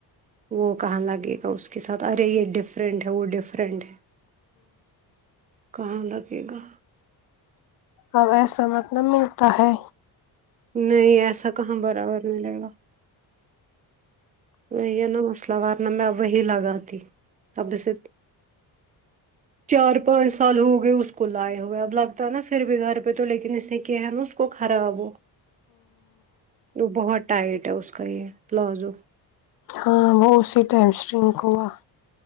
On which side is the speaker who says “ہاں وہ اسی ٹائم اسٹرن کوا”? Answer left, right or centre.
Left